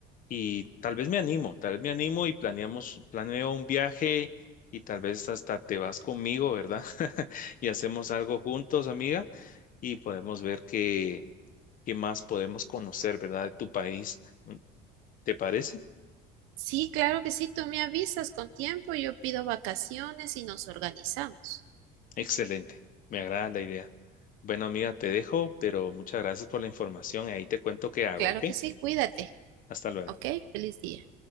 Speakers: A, on the left (about 40°); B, on the right (about 80°).
A: y tal vez me animo, tal vez me animo y planeamos, planeo un viaje y tal vez hasta te vas conmigo, ¿verdad? <laughs> Y hacemos algo juntos, amiga, y podemos ver qué, qué más podemos conocer, ¿verdad? De tu país. ¿Te parece?
B: Sí, claro que sí, tú me avisas con tiempo, yo pido vacaciones y nos organizamos.
A: Excelente, me agrada la idea. Bueno, amiga, te dejo, pero muchas gracias por la información. Ahí te cuento qué hago,
B: Claro
A: ¿ok?
B: que sí, cuídate,
A: Hasta luego.
B: ¿ok? Feliz día.